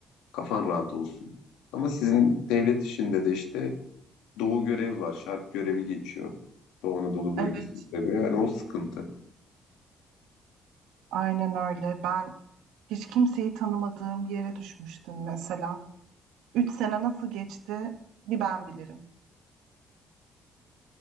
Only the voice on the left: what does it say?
Kafan rahat olsun. Ama sizin devlet işinde de işte doğu görevi var. Şark görevi geçiyor. Doğu Anadolu bölgesi
görevi. Yani o sıkıntı.